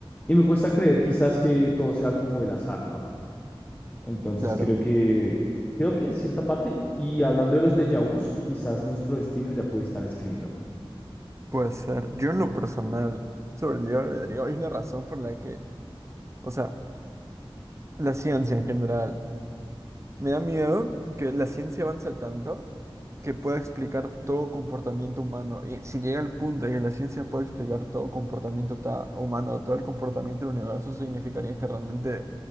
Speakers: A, on the left; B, on the right.
A: Y me cuesta creer quizás que todo sea como el azar, ¿no? Entonces
B: claro.
A: creo que, creo que en cierta parte, y hablando de los déjà vus, quizás nuestro destino ya puede estar escrito.
B: Puede ser. Yo en lo personal, sobre el libre albedrío, hay una razón por la que, o sea, la ciencia en general Me da miedo que la ciencia avance tanto que pueda explicar todo comportamiento humano. Y si llega el punto de que la ciencia pueda explicar todo comportamiento ta- humano, todo el comportamiento del universo, significaría que realmente